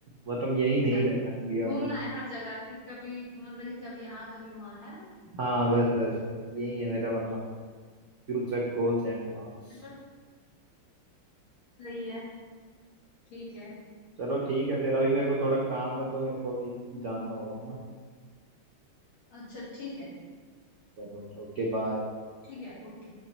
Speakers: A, on the right; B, on the left.
A: मतलब यही
B: अच्छा
A: नहीं रहना इंडिया
B: घूमना
A: में
B: है हर जगह कि कभी मतलब कि कभी यहाँ कभी वहां है ना
A: हाँ बस बस यही है मेरा मतलब फ्यूचर गोल्स एंड प्लान्स
B: मतलब सही है ठीक है
A: चलो ठीक है फिर अभी मेरे को थोड़ा काम है तो मेरे को अभी जाना होगा ना
B: अच्छा ठीक है
A: चलो ओके बाय
B: ठीक है ओके